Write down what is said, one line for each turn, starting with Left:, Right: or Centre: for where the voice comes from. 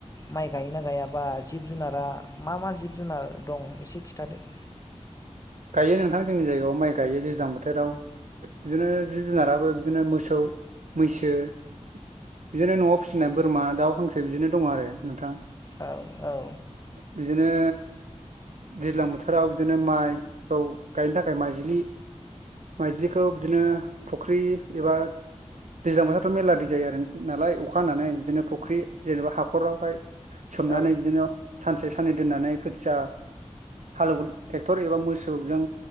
Left: माइ गायोना गायाबा जिब जुनारा मा मा जिब जुनार दं एसे खिन्थादो <inaudible>
Right: गायो नोंथां जोंनि जायगायाव माइ गाइयो दैज्लां बोथोराव बिदिनो जिब जुनाराबो बिदिनो मोसौ मैसो बिदिनो न'आव फिसिनाय बोरमा दाउ हांसो बिदिनो दङ आरो नोंथां
Left: औ औ
Right: बिदिनो दैज्लां बोथोराव बिदिनो माइखौ गायनो थाखाय माइज्लि माइज्लिखौ बिदिनो फुख्रि एबा दैज्लां बोथोरथ' मेरला दै जायो आरो नालाय अखा हनानै बिदिनो फुख्रि जेनेबा हाखरावहाय सोमनानै
Left: औ
Right: बिदिनो सानसे साननै दोननानै खोथिया हालेव ट्रेक्टर एबा मो सौजों